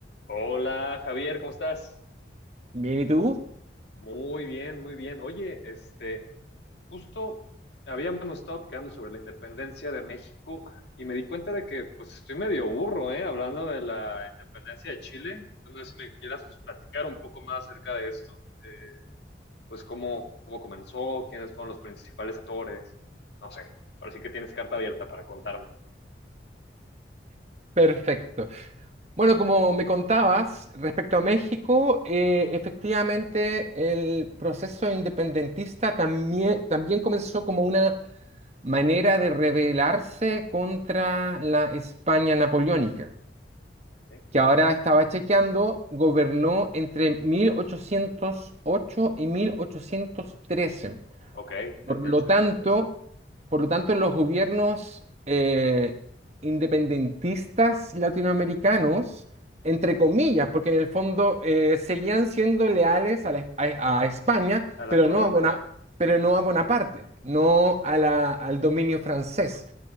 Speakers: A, on the left; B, on the right.
A: Hola Javier, ¿cómo estás?
B: Bien, ¿y tú?
A: Muy bien, muy bien. Oye, este, justo habíamos estado platicando sobre la independencia de México y me di cuenta de que pues estoy medio burro, ¿eh? Hablando de la independencia de Chile. Entonces, no sé si me quieras pues platicar un poco más acerca de esto. Eh, pues cómo, cómo comenzó, quiénes fueron los principales actores, no sé. Ahora sí que tienes carta abierta para contarme.
B: Perfecto. Bueno, como me contabas respecto a México, eh, efectivamente el proceso independentista también, también comenzó como una manera de rebelarse contra la España napoleónica,
A: ¿eh?
B: que ahora estaba chequeando, gobernó entre 1808 y 1813.
A: Ok,
B: Por
A: de mil
B: lo
A: ochocientos
B: tanto,
A: trece
B: por lo tanto, los gobiernos eh, independentistas latinoamericanos, entre comillas, porque en el fondo eh, seguían siendo leales a, la- a- a España,
A: A
B: pero
A: la
B: no
A: corona.
B: a, Bona- pero no a Bonaparte, no a la- al dominio francés.